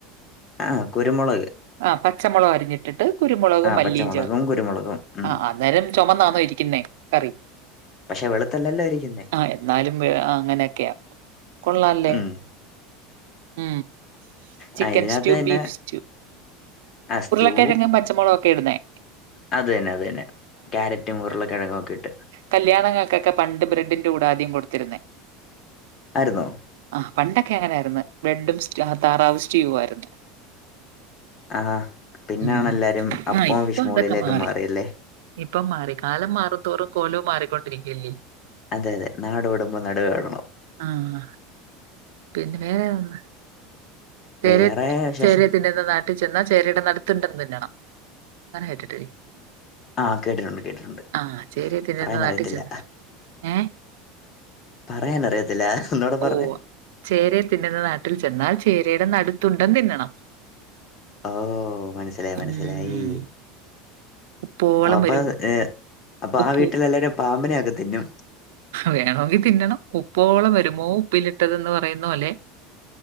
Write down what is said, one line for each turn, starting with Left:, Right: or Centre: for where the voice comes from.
Left: ആഹ് കുരുമൊളക്
Right: ആഹ് പച്ചമുളക് അരിഞ്ഞിട്ടിട്ട് കുരുമുളകും മല്ലിയും
Left: പച്ചമുളകും
Right: ചേർക്കും
Left: കുരുമുളകും ഉം
Right: ആഹ് അ അന്നേരം ചൊമന്നാന്നോ ഇരിക്കുന്നേ കറി
Left: പക്ഷെ വെളുത്തല്ലല്ലോ ഇരിക്കുന്നേ
Right: ആഹ് എന്നാലും വെ അങ്ങനെയൊക്കെയ കൊള്ളാല്ലേ
Left: ഉം
Right: ഉം ചിക്കെൻസ്റ്റൂ
Left: ആ ഇതിനകത്ത് തന്നെ
Right: ബീഫ്സ്റ്റൂ
Left: ആ സ്റ്റൂ
Right: ഉര്ളക്കെഴങ്ങ് പച്ച മൊളകോക്കെ ഇടുന്നേ
Left: അത് തന്നെ അത് തന്നെ ക്യാരറ്റും ഉർള കെഴങ്ങുമൊക്കെ ഇട്ട്
Right: കല്യാണങ്ങക്കക്കെ പണ്ട് ബ്രെഡിന്റെ കൂടാ ആദ്യം കൊട്ത്തിരുന്നേ.
Left: ആര്ന്നോ
Right: ആഹ് പണ്ടൊക്കെ അങ്ങനെ ആര്ന്ന് ബ്രെഡും സ്റ്റ് താറാവ് സ്റ്റൂ ആരുന്നു.
Left: ആഹ് പിന്നാണ്
Right: ഉം
Left: എല്ലാരും അപ്പോം
Right: ആഹ് ഇപ്പൊ
Left: ഫിഷ് മോളീലേക്കും
Right: അതൊക്കെ മാറി
Left: മാറിയല്ലേ
Right: ഇപ്പം മാറി കാലം മാറും ത്തോറും കോലോം മാറിക്കൊണ്ടിരിക്കല്ലീ
Left: അതെ അതെ നാട് ഓടുമ്പോ നടുവേ ഓടണം
Right: ആഹ് പിൻവേ <unintelligible> ചേരേ
Left: വേറെ വിശേഷം
Right: ചേരേതിന്ന്ന്ന നാട്ടിൽചെന്നാ ചേരേടെ നടുത്തുണ്ടം തിന്നണം അങ്ങനെ കേട്ടില്ലേ
Left: ആഹ് കേട്ടിട്ടുണ്ട് കേട്ടിട്ടുണ്ട്
Right: ആഹ് ചേരേ തിന്ന്ന്ന
Left: പറയാനറിയത്തില്ല
Right: നട്ടിച്ചെന്ന് ഏഹ്
Left: പറയാനറിയത്തില്ല. ഒന്നൂടെ പറഞ്ഞേ
Right: ഓ ചേരെ തിന്ന്ന്ന നാട്ടിൽ ചെന്നാൽ ചേരയുടെ നടുത്തുണ്ടം തിന്നണം.
Left: ഓഹ് മനസിലായി
Right: ഉം
Left: മനസ്സിലായി
Right: ഉപ്പോളം
Left: അപ്പൊ
Right: വരും
Left: ഏഹ് അപ്പൊ
Right: ഉപ്പ്
Left: ആ വീട്ടിലെ എല്ലാരും പാമ്പിനൊക്കെ തിന്നും.
Right: വെനൺണൊങ്കിൽ തിന്നണം ഉപ്പോളം വരുമോ ഉപ്പിലിട്ടതെന്ന് പറയുന്ന പോലെ.